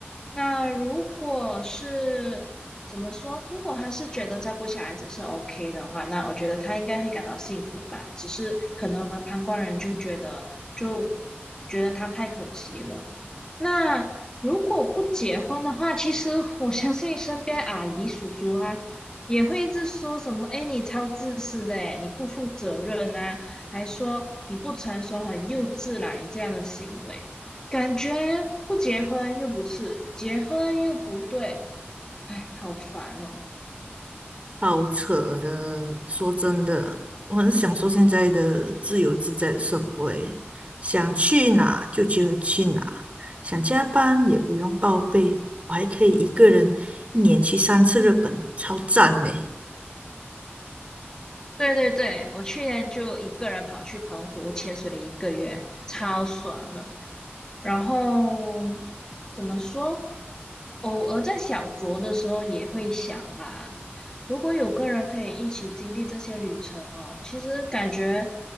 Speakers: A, on the left; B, on the right.
A: 那如果是怎么说？如果他是觉得照顾小孩子是 OK 的话，那我觉得他应该会感到幸福吧。只是可能我们旁观人就觉得，就觉得他太可惜了。那如果不结婚的话，其实我相信身边阿姨叔叔啊，也会一直说什么：“哎，你超自私的，哎，你不负责任啊，还说你不成熟，很幼稚啦，你这样的行为。”感觉不结婚又不是，结婚又不对，哎，好烦哦。
B: 好扯的，说真的，我很享受现在的自由自在的生活欸，想去哪就就去哪，想加班也不用报备，我还可以一个人一年去三次日本，超赞呢。
A: 对对对，我去年就一个人跑去澎湖潜水了一个月，超爽的。然后怎么说？偶尔在小酌的时候也会想啦，如果有个人可以一起经历这些旅程哦，其实感觉